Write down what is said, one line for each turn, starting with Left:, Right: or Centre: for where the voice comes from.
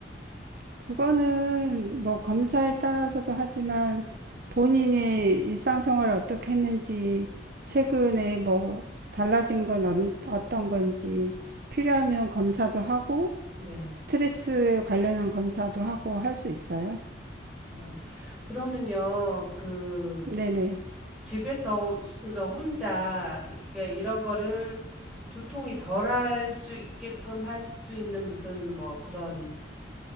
Right: 그거는 뭐 검사에 따라서도 하지만 본인의 일상생활을 어떻게 했는지 최근에 뭐 달라진 건 어- 떤 건지 필요하면 검사도 하고
Centre: 네.
Right: 스트레스 관련한 검사도 하고 할 수 있어요.
Centre: 어, 그러면요, 그
Right: 네네.
Centre: 집에서, 그러니까 혼자, 이게 이런 거를 두통이 덜할 수 있게끔 할 수 있는 무슨 뭐 그런,